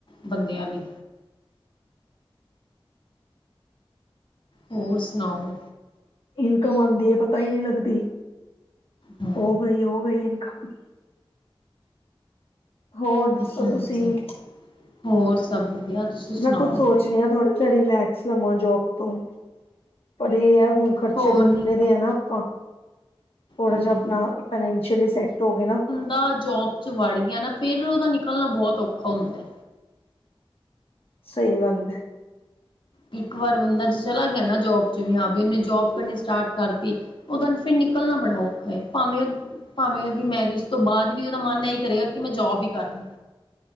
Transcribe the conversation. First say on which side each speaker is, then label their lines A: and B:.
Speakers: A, on the left; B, on the left.
A: ਬੰਦਿਆਂ ਲਈ। ਹੋਰ ਸੁਣਾਓ?
B: ਇਨਕਮ ਆਉਂਦੀ ਹੈ ਪਤਾ ਹੀ ਨਹੀਂ ਲੱਗਦੀ।
A: ਹਾਂ,
B: ਹੋ ਗਈ ਹੋ ਗਈ ਇਨਕਮ ਹੋਰ ਦੱਸੋ
A: ਹਾਂਜੀ
B: ਤੁਸੀਂ
A: ਹੋਰ ਸਭ ਵਧੀਆ ਤੁਸੀਂ ਸੁਣਾਓ
B: ਮੈਂ ਕੁੱਝ ਸੋਚ ਰੀਤ ਆਂ ਥੋੜ੍ਹਾ ਜਿਹਾ ਰਿਲੈਕਸ ਲਵਾਂ ਜੋਬ ਤੋਂ ਪਰ ਇਹ ਹੈ ਹੁਣ ਖਰਚੇ
A: ਹੋਰ
B: ਬੰਦੇ ਵੈ ਆ ਨਾ ਆਪਾਂ। ਥੋੜਾ
A: ਹਮ
B: ਜਹਾ ਆਪਣਾ ਫਾਈਨਸ਼ਅਲੀ ਸੈੱਟ ਹੋ ਗੇ ਨਾ
A: ਦਾ ਜੋਬ ਚ ਵੜ ਗਿਆ ਨਾ ਫੇਰ ਉਹਦਾ ਨਿਕਲਣਾ ਬਹੁਤ ਔਖਾ ਹੁੰਦਾ ਐ
B: ਸਹੀ ਗੱਲ ਹੈ।
A: ਇੱਕ ਵਾਰ ਬੰਦਾ ਚ ਚਲਾ ਗਿਆ ਨਾ ਜੋਬ ਚ ਵੀ ਹਾਂ ਵੀ ਉਹਨੇ ਜੋਬ ਕਰਨੀ ਸਟਾਰਟ ਕਰਤੀ। ਉਹਦ ਫਿਰ ਨਿਕਲਣਾ ਬੜਾ ਔਖਾ, ਭਾਵੇਂ ਉਹ ਭਾਵੇਂ ਉਹਦੀ ਮੈਰਿਜ ਤੋਂ ਬਾਅਦ ਵੀ ਉਹਦਾ ਮਨ ਇਹੀ ਕਰੇਗਾ ਕਿ ਮੈਂ ਜੋਬ ਹੀ ਕਰਦਾ।